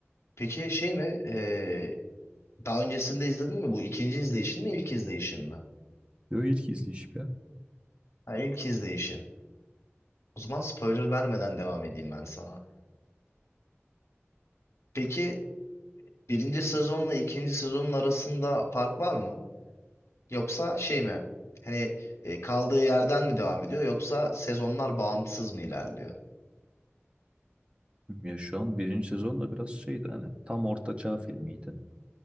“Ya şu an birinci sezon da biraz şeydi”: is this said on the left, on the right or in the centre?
Right